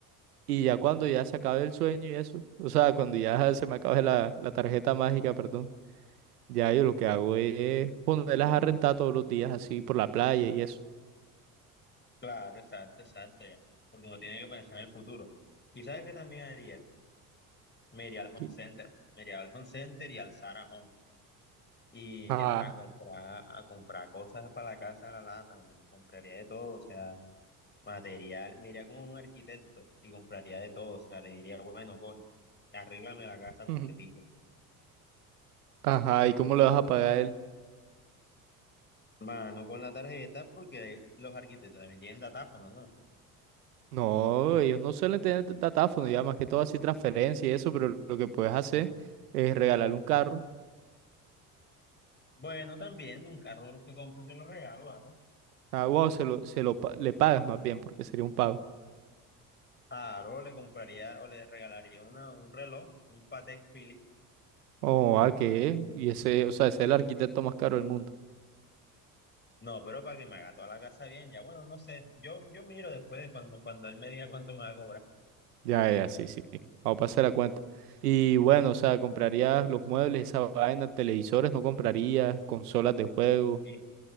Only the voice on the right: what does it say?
y ya cuando ya se acabe el sueño y eso, o sea, cuando ya se me acabe la, la tarjeta mágica, perdón. Ya yo lo que hago es ponerlas a rentar todos los días así por la playa y eso.
¿Qué?
Ah,
ujú. ajá, ¿y cómo le vas a pagar él?
No, ellos no suelen tener datáfono, ya más que todo así transferencia y eso, pero lo que puedes hacer es regalarle un carro.
Ah, bueno, se lo, se lo, pa- le pagas más bien, porque sería un pago.
Oh, ¿a qué? Y ese, o sea, ese es el arquitecto más caro del mundo.
Ya, ya, sí, sí. sí. Vamos a pasar la cuenta. Y bueno, o sea, comprarías los muebles, esa vaina, televisores, no comprarías, consolas de juego.